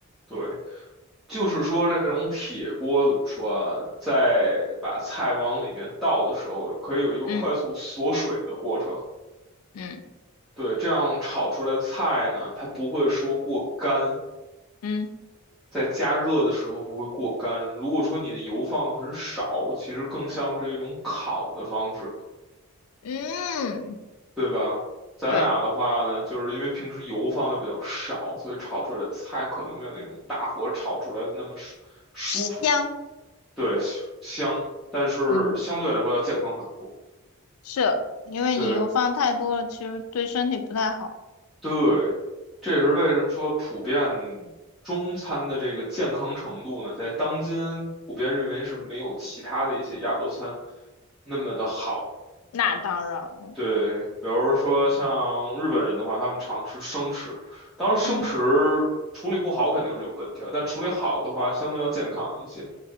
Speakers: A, in the centre; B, on the left.
A: 对，就是说这种铁锅怎么说啊，在把菜往里面倒的时候，可以有一个快速锁水的过程。
B: 嗯嗯
A: 对，这样炒出来的菜呢，它不会说过干，
B: 嗯
A: 在加热的时候不会过干。如果说你的油放的很少，其实更像是一种烤的方式，
B: 嗯，
A: 对吧？咱俩的话呢，
B: 对，
A: 就是因为平时油放的比较少，所以炒出来的菜可能没有那种大火炒出来的那么舒舒服。
B: 香。
A: 对，香，但是相对来说要健康很多。
B: 嗯，是因为你油放太多了，
A: 对
B: 其实对身体不太好。
A: 对，这也是为什么说普遍中餐的这个健康程度呢，在当今普遍认为是没有其他的一些亚洲餐那么的好。
B: 那当然了，
A: 对，比如说像日本人的话，他们常吃生食，当然生食处理不好肯定是有问题啊，
B: 嗯，
A: 但处理好的话，相对要健康一些，因